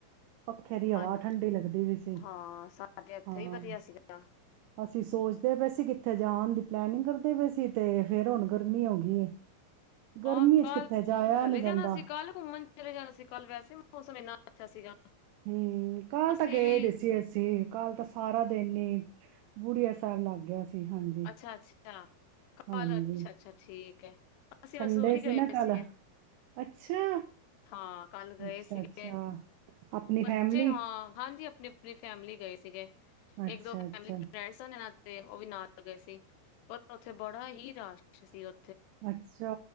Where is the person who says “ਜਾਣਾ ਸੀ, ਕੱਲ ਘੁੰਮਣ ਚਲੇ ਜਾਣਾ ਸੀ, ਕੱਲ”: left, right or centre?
Left